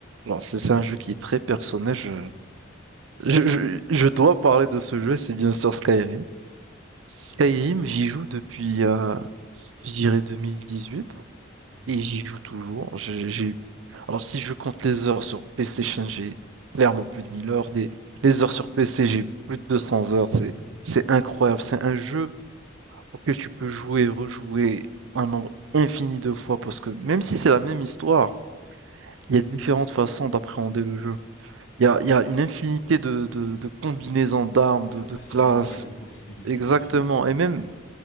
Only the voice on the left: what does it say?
mhm,
mhm.
De
possibilités,
de possibilités
de filles. Ouais,
je vois.